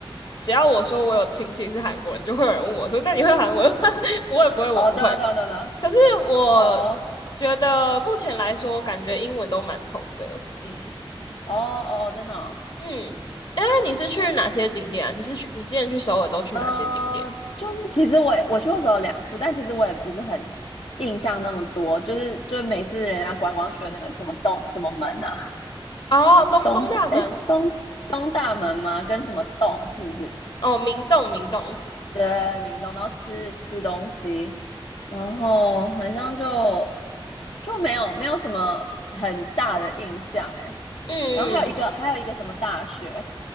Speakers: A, on the left (about 55°); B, on the left (about 70°).
A: 只要我说我有亲戚是韩国人，就会有人问我说：“那你会韩文吗？” <laughs> 不会，不会，我不会。
B: 哦，对啊，对啊，对啊，对啊
A: 可是我
B: 哦
A: 觉得目前来说，我感觉英文都蛮通的。嗯
B: 哦哦，哦真的哦，
A: 嗯，哎，你是去哪些景点啊？
B: 哦
A: 你是去你之前去首尔都去哪些景点？
B: 呃，就是其实我也我去过首尔两次，但其实我也不是很印象那么多，就是就是每次人家观光区的那个什么洞什么门啊，
A: 哦，东东大门，
B: 东哎东东大门吗？跟什么洞是不是？
A: 哦，明洞，明洞，
B: 对，明洞，然后吃吃东西，然后好像就就没有没有什么很大的印象诶。
A: 嗯嗯，
B: 然后还有一个还有一个什么大学，
A: 嗯